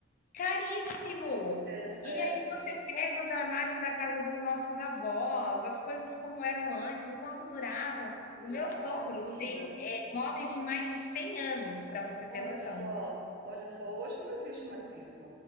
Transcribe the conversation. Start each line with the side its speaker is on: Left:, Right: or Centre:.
Left: caríssimo.
Right: Ex-
Left: E
Right: É,
Left: aí você pega os armários da casa dos nossos avós, as coisas como eram antes, o quanto duravam.
Right: curava,
Left: Os meus sogros
Right: né, menina?
Left: têm Móveis de mais de 100 anos, para você
Right: Olha
Left: ter noção.
Right: só, olha só, hoje não existe mais isso,